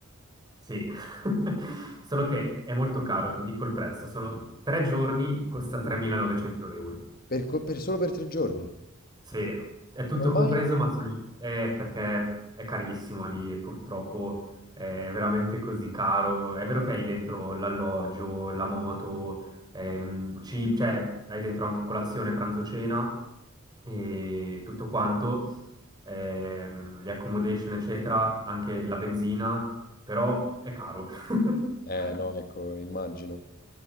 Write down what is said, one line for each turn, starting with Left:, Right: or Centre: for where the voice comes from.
Right: Sì, <laughs> solo che è molto caro, ti dico il prezzo, sono tre giorni, costa
Left: Mhm.
Right: 3.900 euro.
Left: Per, co- per- solo per tre giorni?
Right: Sì, è tutto
Left: Come mai?
Right: compreso, ma sì, è perché è carissimo lì e purtroppo è veramente così caro. È vero che hai dentro l'alloggio, la moto, ehm, ci- cioè hai dentro anche colazione, pranzo, cena e tutto quanto, ehm, le accommodation, eccetera, anche la benzina, però è caro. <laughs>
Left: Eh no, ecco, immagino.